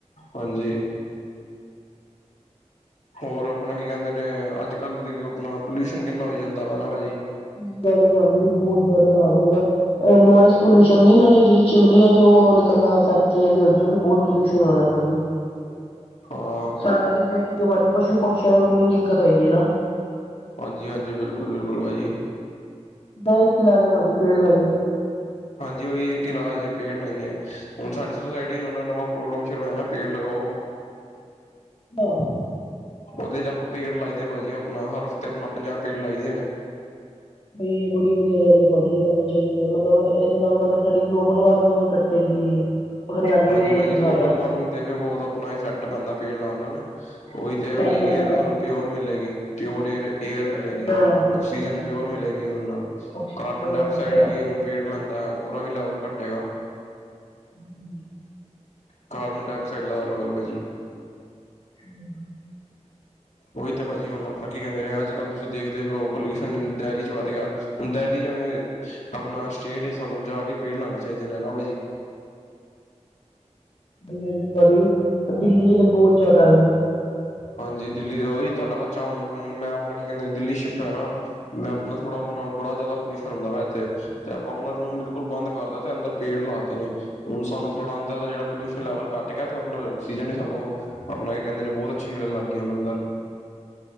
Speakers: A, on the left (about 75°); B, on the left (about 50°).
A: ਹਾਂਜੀ। ਹੋਰ ਆਪਣਾ ਕੀ ਕਹਿੰਦੇ ਨੇ, ਅੱਜ ਕੱਲ੍ਹ ਦੇਖ ਆਪਣਾ ਪੋਲਿਊਸ਼ਨ ਕਿੰਨਾ ਹੋ ਜਾਂਦਾ ਵਾ ਭਾ ਜੀ।
B: ਸਹੀ ਗੱਲ ਭਾਜੀ, ਵੀ ਬਹੁਤ ਜ਼ਿਆਦਾ ਵ ਮਤਲਬ ਨੋਇਜ਼ ਪੋਲਿਊਸ਼ਨ, ਨਾਲੇ ਜਿਹੜੀ ਚਿਮਨੀ ਆ ਜੋ ਉਹ ਨਿਕਲਦਾ ਫੈਕਟਰੀਆਂ ਦੀਰ ਬਹੁਤ ਪੋਲ ਹੋ ਰਿਹਾ, ਭਾਜੀ।
A: ਹਾਂ
B: ਸਾਡਾ ਤੇ ਫੇਰ ਠੀਕ ਹੈ ਭਾਜੀ, ਪਸ਼ੂ ਪਕਸ਼ੀਆਂ ਨੂੰ ਕਿੰਨੀ ਦਿੱਕਤ ਹੈਗੀ ਹੈ ਨਾ।
A: ਹਾਂਜੀ ਹਾਂਜੀ, ਬਿਲਕੁਲ ਬਿਲਕੁਲ, ਭਾਅ ਜੀ।
B: ਦ ਇੱਕ ਇ ਲਾਜੇ, ਭਾਜੀ ਪੇੜ ਲਾਈਏ।
A: ਹਾਂਜੀ ਉਹੀ ਇੱਕ ਕਿਲਾ ਹਜੇ ਪੇੜ ਲਾਈ ਹੈ, ਹੁਣ ਸਾਡੀ ਸੁੋਸਾਇਟੀ 'ਚ ਨਵਾਂ ਪ੍ਰੋਗਰਾਮ ਸ਼ੁਰੂ ਹੋਆ ਨਾ ਪੇੜ ਲਗਾਓ
B: ਹਹ।
A: ਉਹਦੇ 'ਚ ਆਪਾਂ ਪੇੜ ਲਾਈਦੇ ਭਾਜੀ, ਆਪਣਾ ਹਰ ਹਫ਼ਤੇ, ਆਪਣਾ ਪੰਜਾਹ ਪੇੜ ਲਾਈਦੇ ਨੇ।
B: ਬਈ ਇਹ ਬੜੀ ਵਧੀਆ ਰਲੇਬਾਜ਼ੀ, ਵੀ ਲੈਣੇ ਚਾਹੀਦੇ ਨੇ ਮਤਲਬ ਇਹਦੇ ਨਾਲ ਮਤਲਬ ਸਾਡੀ, ਗਲੋਬਲ ਵਾਰਮਿੰਗ ਕੱਟੇਗੀ। ਹਰਿਆਲੀ
A: ਹਾਂਜੀ
B: ਦੇਗੀ
A: ਭਾਜੀ
B: ਸਾਰਿਆ
A: ਗਲੋਬਲ ਵਾਰਮਿੰਗ ਤੇ ਵੀ ਬਹੁਤ ਆਪਣਾ ਇਫੈਕਟ ਪੈਂਦਾ ਪੇੜ ਲਾਉਣ ਨਾਲ, ਉਹੀ ਤੇ
B: ਸਹੀ
A: ਹਜੀ
B: ਗੱਲ
A: ਯਾਰ
B: ਹੈ ਭਾਜੀ।
A: ਸਾਨੂੰ ਪਿਓਰ ਮਿਲੇਗੀ, ਪਿਓਰ ਏਅਰ ਏਅਰ ਮਿਲੇਗੀ,
B: ਵਧੀਆ ਹਾਂਜੀ
A: ਆਕਸੀਜਨ
B: ਹਾਂਜੀ
A: ਪਿਓਰ ਮਿਲੇਗੀ ਉਹਦੇ ਨਾਲ,
B: ਆਕਸੀਜਨ
A: ਕਾਰਬਨ ਡਾਇਆਕਸਾਈਡ
B: ਵਧੀਆ
A: ਵੀ ਹੁਣ ਪੇੜ ਲੈਂਦਾ ਉਹਦਾ ਵੀ ਲੈਵਲ ਘੱਟੇਗਾ।
B: ਹਮ।
A: ਕਾਰਬਨ ਡਾਇਆਕਸਾਈਡ ਲ ਲਵਲ ਭਾਜੀ
B: ਹ-
A: ਉਹੀ ਤਾਂ ਭਾਅਜੀ, ਹੁਣ ਆਪਾਂ ਕੀ ਕਿੰਦੇਹੇ ਅੱਜ ਕੱਲ ਤੁਸੀਂਖਦੇ ਹੋ ਪੋਲਿਊਸ਼ਨਨ ਡਹਿਲੀ ਚਚੱਧਗਾ ਹੁਣ ਦਹਿਲੀ ਜਿਵੇਂ ਆਪਣਾ ਸਟੇਟ ਹੈ, ਸਾਨੂੰ ਜਾ ਕੇ ਪੇੜ ਲਾਉਣੇ ਚਾਹੀਦੇ ਨੇ ਨਾ ਭਾ ਜੀ।
B: ਹਾਂਜੀ ਹਾਂਜੀ ਭਾਜੀ, ਦਿੱਲੀ 'ਚ ਤਾਂ ਬਹੁਤ ਜਿਆਦਾ ਹੈਗੇ ਆ।
A: ਹਾਂਜੀ ਦਿੱਲੀ ਦਾ ਉਹੀ ਤੁਹਾਡਾ ਬੱਚਾ, ਹੁਣ ਮੈਂ ਆਪਣਾ ਕੀ ਕਹਿੰਦੇ ਦਿੱਲੀ ਸ਼ਿਫਟ ਹੋਇਆ ਨਾ ਮੈਂ ਆਪਣਾ ਥੋੜ੍ਹਾ ਆਪਣਾ ਬੜਾ ਜ਼ਿਆਦਾ ਪੋਲਿਊਸ਼ਨ ਹੁੰਦਾ ਵਾ ਇੱਥੇ, ਤੇ ਆਪਣਾ ਰੂਮ ਬਿਲਕੁਲ ਬੰਦ ਕਰਦਾ ਤੇ ਅੰਦਰ ਪੇੜ ਲਾਤੇ ਨੇ ਹੁਣ ਸਾਨੂੰ ਥੋੜਾੰਦਰ ਦਾ ਜਿਹੜਾ ਪੋਲਿਊਸ਼ਨ ਲੈਵਲੱਟ, ਤੇ ਉਹਦੇ ਨਾਲ ਆਕਸੀਜਨ ਹੀ ਸਾਨੂੰ ਉਹ ਆਪਣਾ ਕੀ ਕਹਿੰਦੇ ਨੇ ਬਹੁਤ ਅਛ ਮਿਲਣ ਲਗ ਗਏ, ਹੁਨ ਅੰਦਰ।